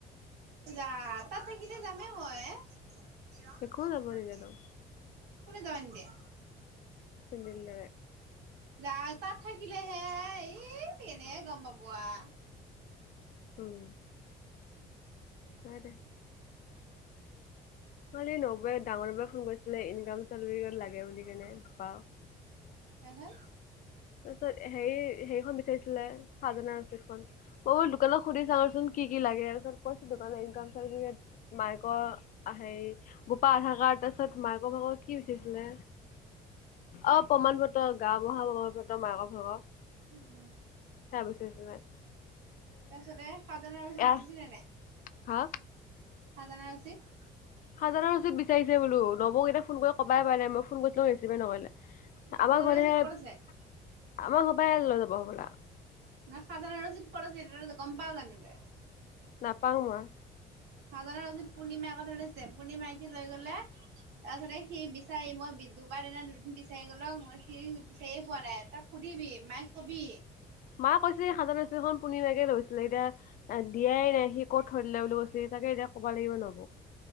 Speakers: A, on the right; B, on the left.
A: যা তাত থাকিলে যামেই মই কিন্তু নিজ
B: একো
A: দৰ্শন্থ
B: যাব নিদিয়ে তাক
A: কুনে যৱ দিয়
B: চিন্দিলৰে
A: গা তাত থাকিলেহে এই কেনে গম পাব আ
B: উম হয় দে খালি নব ডাঙৰ ফোন কৰিছিলে ইনক চাৰ্টি লাগে বুলি কেনে নাও
A: এনে
B: তাৰপিছত হে হেৰিখন বিচাৰিছিলে সাজানা আছেিতখন। অই দোকানত সুধি চা চোন কি লাগে তাৰপিছ কৈছো দোকানৰনক নিকাম মাইকৰ হেৰি বোপা আধাৰ কাৰ তাৰপছত মাইক বাক কি বিচাৰছিলে? অ' প্ৰমাণ পত্ৰ গা বুঢ়া প্ৰমাণ পত্ৰ। একদম মাকৰ ভগৱ
A: উম
B: সেয়া বুচি আছিলে।
A: তাৰপিছতে সাজান আৰু জিল
B: এয়া
A: জনে নাই?
B: হা?
A: সাজানাই ৰচত।
B: হাজাৰৰ ৰচত বিচাৰিছে বোলো নবক এটা ফোন কৰি কবাই পাৰ নে মই ফোন কৰিছিলো ৰিচিভে নকৰিলে। আমাৰ
A: খাজানা
B: ঘৰ
A: ৰচিদ
B: আমাৰ
A: ক'ত আছে
B: ঘৰৰ পৰা লৈ যাব হবলা।
A: খাজনা ৰচিত কত আছিল গম পাও জানো তই?
B: নাপাম মই।
A: খাজনা চিত পূৰ্ণিমাৰাকত ছে পূৰ্ণিমাইকি লৈ গলে তাৰপিছতে সি বিচাৰি মই দুবাৰ দিনা দুদিন বিচাৰি গ'লও মই সি বিচাৰিয়ে পোৱা নাই তাক সুধিবি মাকে কবি
B: মা কৈছিল সাজাৰখন পুন এাকে লৈছিলে এতিয়া দিয়াই নাই সি ক'ত থৈ দিলে বুলি কৈছে, তাকে এতিয়া ক'ব লাগিব, নহব।